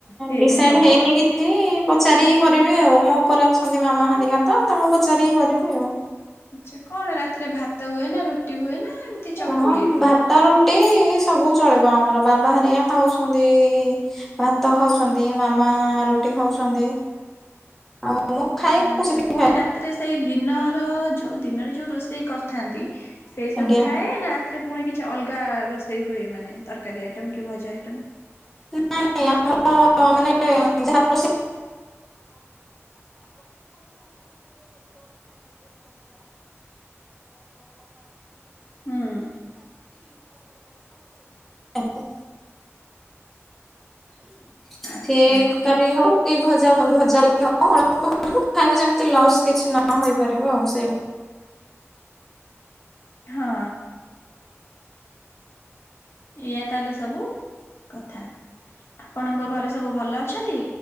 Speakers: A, on the left; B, in the centre.
A: ହେଇନି
B: ଡ଼ିସାଇଡ଼
A: ହବ?
B: ହେଇନି କିଛି ପଚାରିକି କରିବି ଆଉ। ମୁଁ ଉପରେ ଅ ଅଛନ୍ତି ମାମା ହେରିକା ତ ତାଙ୍କୁ ପଚାରିକି କରିବି ଆଉ।
A: ଆଛା କଣ ରାତିରେ ଭାତ ହୁଏ ନା ରୁଟି ହୁଏ ନା ଏମିତି ଚକୁଳି
B: ହଁ
A: ହୁଏ?
B: ଭାତ ରୁଟି ସବୁ ଚଳିବ ଆମର ବାବା ହେରିକା ଖାଉଛନ୍ତି ଭାତ ଖାଉଛନ୍ତି। ମାମା ରୁଟି ଖାଉଛନ୍ତି। ଆଉ ମୁଁ ଖାଏ
A: ଆଛା
B: ଖୁସି ଟିକେ
A: ପୁଣି ରାତିରେ ସେଇ ଦିନର ଯୋଉ ଦିନରେ ଯୋଉ ରୋଷେଇ କରିଥାନ୍ତି ସେଇ
B: ଖାଏ
A: ସବୁ
B: ଆଜ୍ଞା
A: ଥାଏ ନା ସେଥିରେ ପୁଣି କିଛି ଅଲଗା ରୋଷେଇ ହୁଏ ମାନେ ତରକାରୀ ଆଇଟମ କି ଭଜା ଆଇଟମ୍?
B: ନାଇଁ ନାଇଁ ଆମର ମାନେ ଯାହା <inaudible>
A: ହୁଁ
B: <inaudible> <inaudible> <inaudible> ସିଏ
A: ଆଚ୍ଛା
B: ତକାରୀ ହଉ ସେ ଭଜା ଭଜା ହଉ ଅଳ୍ପ ଆ ଖାଇବୁ ଯେମିତି ଲସ୍ କିଛି ନ ହେଇପାରିବ ଆଉ। ସେଇ
A: ହଁ। ଏଇଆ ତାହେଲେ ସବୁ କଥା। ଆପଣଙ୍କ ଘରେ ସବୁ ଭଲ ଅଛନ୍ତି?